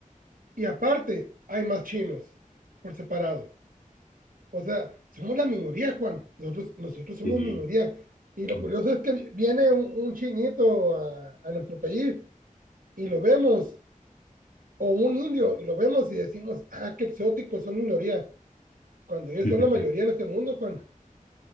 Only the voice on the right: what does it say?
y aparte hay más chinos por separado. O sea, somos la minoría, Juan. Nosotros, nosotros somos
minoría. Y lo
curioso es que vi- viene un, un chinito a, a nuestro país y lo vemos, o un indio y lo vemos y decimos, ah, qué exóticos, son minoría, cuando ellos
son la mayoría en este mundo, Juan.